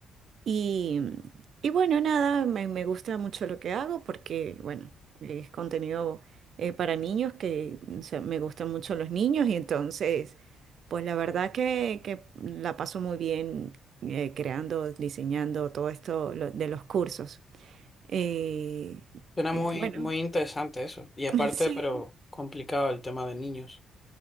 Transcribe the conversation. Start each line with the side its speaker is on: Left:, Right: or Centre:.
Right: Y, y bueno, nada, me, me gusta mucho lo que hago porque, bueno, es contenido eh, para niños que o sea, me gustan mucho los niños y entonces, pues la verdad que, que la paso muy bien eh, creando, diseñando todo esto lo- de los cursos. Eh,
Left: Suena
Right: eh,
Left: muy,
Right: bueno,
Left: muy interesante eso. Y aparte,
Right: <laughs> sí.
Left: pero complicado el tema de niños.